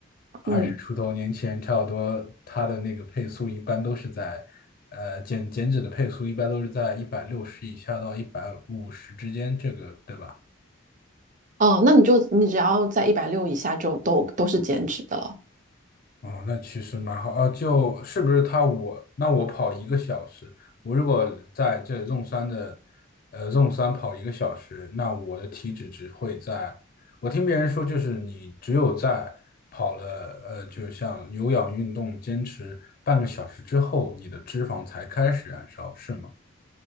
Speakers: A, on the left (about 45°); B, on the right (about 35°).
A: 二十出头年轻人差不多，
B: 嗯，
A: 他的那个配速一般都是在，呃，减减脂的配速一般都是在一百六十以下到一百五十之间，这个对吧？
B: 哦，那你就你只要在一百六以下就都都是减脂的了。
A: 哦，那其实蛮好啊，就是不是他我那我跑一个小时，我如果在这纵山的，呃，纵山跑一个小时，那我的体脂只会在，我听别人说就是你只有在跑了，呃，就像有氧运动坚持半个小时之后，你的脂肪才开始燃烧，是吗？